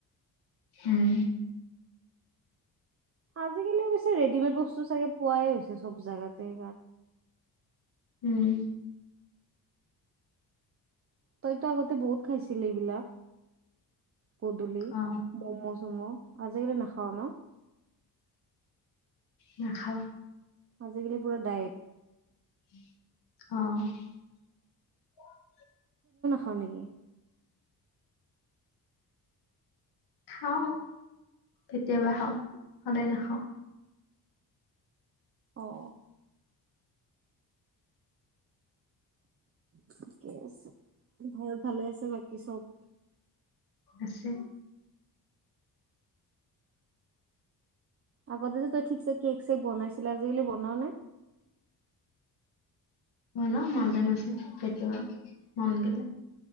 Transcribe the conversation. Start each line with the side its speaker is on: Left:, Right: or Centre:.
Left: উম।
Right: আজালি অবছে ৰেডিমেড বস্তু চাগে পোৱাই হৈছে চব জাগাতে।
Left: উম।
Right: তইতো আগতে বহুত খাইছিল এইবিলাক? গধুলি
Left: অ
Right: ম'ম চমু আজিকালি নাখাও ন
Left: নাখাওঁ।
Right: আজিকালি পুৰা ডাইট।
Left: অ
Right: হয় নেকি।
Left: খাও কেতিয়াবা খাও সদায় নাখাও।
Right: আহ থিকে আছে ঘৰত ভালে আছে বাকী চব
Left: আছে
Right: আগতে যে তই ঠিকছে কেক চেক বনাইছিলি আজি কালি বনাঅ নে?
Left: হ ন মাজে মাজে কেতিয়াবা মন গলে।